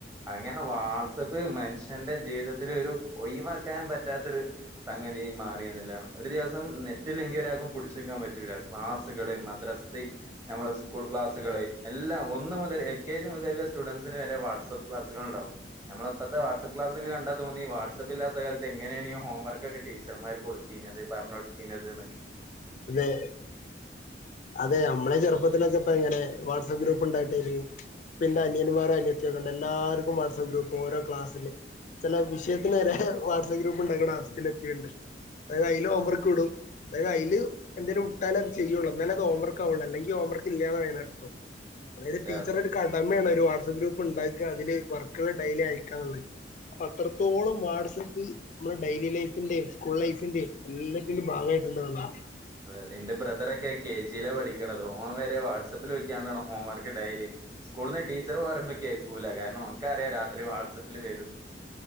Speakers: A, on the right (about 20°); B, on the left (about 45°).
A: അങ്ങനെ വാട്സ്ആപ്പ് ഇത് മനുഷ്യന്റെ ജീവിതത്തിലെ ഒരു ഒയിവാക്കാൻ പറ്റാത്തൊരു- സംഗതി മാറിയ നിലാണ് ഒരു ദിവസം നെ റ്റില്ലെങ്കിൽ ഒരാക്കും പുടിച്ച്നിക്കാൻ പറ്റില്ല ക്ലാസുകളും മദ്രസയും- നമ്മള് സ്കൂൾ ക്ലാസ്സുകള് എല്ലാം ഒന്ന് മുതൽ എൽ കെ ജി മുതൽ സ്റ്റുഡന്റ്സസിന് വരെ വാട്സ്ആപ്പ് ക്ലാസ്സുകൾണ്ടാവും നമ്മള ഇപ്പോത്തെ വാട്ആ് ക്ലസ് കണ്ടാ തോന്ന വാട്സപ്പ ഇല്ലാത്ത കാലത്ത് എങ്ങെ എങ്ങന്നെയാണ് ഈ ഹോംവർക്കൊക്കെ ടീച്ചർമാർ കൊടുത്തീ അത് പറഞ്ഞ കൊടുത്തീത്ക്കെ
B: അതെ അതെ മ്മളെ ചെറുപ്പത്തിലൊക്കെ ഇപ്പ എങ്ങനെ വാട്സആപ്പ് ഗ്രൂപ്പ് ഉണ്ടായിട്ടായിരുന്നു ഇപ്പൻ്റെ അനിന്മാര അന്യതി ഇവിട്ണ്ട് എല്ലാവർും വാട്സപ്പ് ഗ്രൂപ്പ് ഒരോ ക്ലാസ്സില്- ചെല വിഷയത്തിന് വരെ വാട്സ്ആപ്പ് ഗ്രൂപ്പ്- ടെക്കണ്ട്
A: ഉം.
B: അതായത് അതിൽ ഹോംവർക്ക് ഇടും അതായത് അതില് എന്തേലുംട്ടാല അത്ചെയ്യുകുള്ളൂ എന്നാല അത് ഹോംവർക്ക് ആവുള്ളൂ അല്ലെങ്കിഹോംവർക്ക് ഇല്ലാന്ന്യനടുത്തോ അതായത്
A: അതെ
B: ടീച്ചർ
A: അതെ
B: ഒരു കടമയാണ് ഒരു വാട്സആപ്പ് ഗ്രൂപ്പ് ഉണ്ടാക്കുക അതില് വർക്കള് ഡെലി അയക്കാള്ളത് അപ്പൊ അത്രത്തോളം വാട്സപ്പ് നമ്മുടെ ഡെയിലി ലൈഫിന്റെയും സ്കൂൾ ലൈഫിന്റെയും എല്ലാത്തിന്റെയും ഭാഗമായിട്ടുണ്ട നുള്ളതാ
A: അതെ എന്റെ ബ്രദറൊക്കെ കെ ജിയില പഠിക്കണത് ഓൻ വരെ വാട്സആപ്പിൽ വെക്കാണ് ഹോംവർക്ക് ഡലി സ്കൂളിൽന്ന് ടീച്ചർ പറയുമ്പോ കേക്കൂല കാരണം എമുക്ക അറിയാം രാത്രി വാട്സപ്പിൽ വരുന്നു